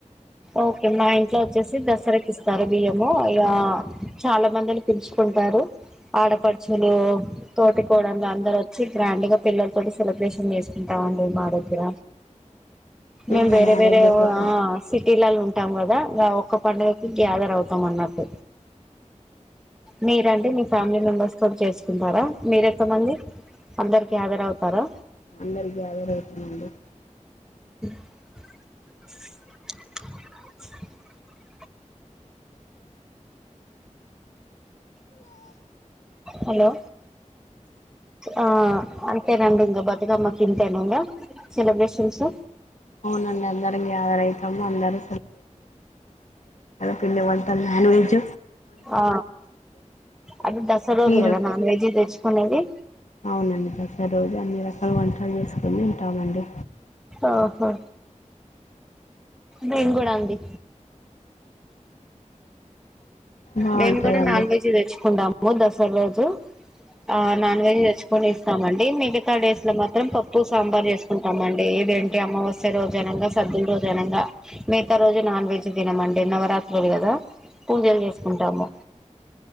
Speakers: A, in the centre; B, on the left.
A: ఓకే మా ఇంట్లో వచ్చేసి దసరకి ఇస్తారు బియ్యము ఇ చాలా మందిని పిలుచుకుంటారు ఆడపడుచులు తోటికోడలు అందరు వచ్చి గ్రాండ్గా పిల్లలతో సెలబ్రేషన్ చేసుకుంటాంండి మా దగ్గర మేం
B: ఇది
A: వేరే
B: మా
A: వేరే
B: దగ్గర కూడా
A: ఆ పిలలు ఉంటాం కదా ఒక్క పడుగకి గ్యాదర్ అవుతాం అన్నట్ మీరంటే మీ ఫ్యామిలీ మెంబెర్స్ కూడా చేసుకుంటారా మీర ఎంత మంది అందరు గ్యాదర్ అవుతారా
B: అందరూ గ్యాదర్ అవుతాం అండి
A: <unintelligible> హలో ఆ అంతేనండి ఇం బతుకమ్మ కింతేను ఇంకా సెలబ్రేషన్స్
B: అవునండి అందరం గ్యాదర్ అవుతాము అందరూ పిండివంటలు, నాన్‌వెజ్.
A: ఆ అటు దస రోజు
B: మీరొక
A: కదా నాన్ వెజి తెచ్చుకునేది.
B: అవునండి దసరా రోజు అన్ని రకాల వంటలు చేసుకుని ఉంటామండి
A: ఆహా నేను కూడా అండి.
B: బాగుంటుందండి
A: మేము కూడా నాన్ వెజ్ తెచ్చుకుంటాము దసరా దాసర రోజు ఆ నాన్ వెజ్ తెచ్చుకొని ఇస్తామండి మిగతా డేస్ లో మాత్రం పప్పు సాంబార్ చేసుకుంటామండి ఏదేంటి అమావాస్య అన సర్దు రోజు అనగా మిగతా రోజు నాన్ వెజ్ తినమండి నవరాత్రులు కదా పూజలు చేస్త ఉంటాము